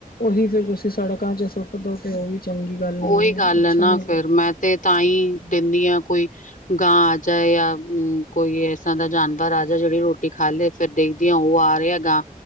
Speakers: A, on the left (about 80°); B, on the left (about 60°).
A: ਓਹੀ ਫੇਰ ਤੁਸੀਂ ਸੜਕਾਂ 'ਚ ਸੁੱਟ ਦੋ ਤੇ ਓ ਵੀ ਚੰਗੀ ਗੱਲ ਨ‌ਈ
B: ਉਹੀ
A: ਐ।
B: ਗੱਲ
A: ਅੱਛਾ
B: ਹੈ ਨਾ
A: ਨਈ ਲੱਗਦਾ।
B: ਫੇਰ ਮੈਂ ਤੇ ਤਾਂਈਂ ਦਿੰਨੀ ਆਂ ਕੋਈ ਗਾ ਚਾਏ ਆ ਕੋਈ ਏਸਰਾਂ ਦਾ ਜਾਨਵਰ ਆ ਜਾਏ ਜੜੀ ਰੋਟੀ ਖਾ ਲੇ। ਫੇਰ ਦੇਖਦੀ ਆਂ, ਓ ਆ ਰਿਆ ਹੈਗਾ।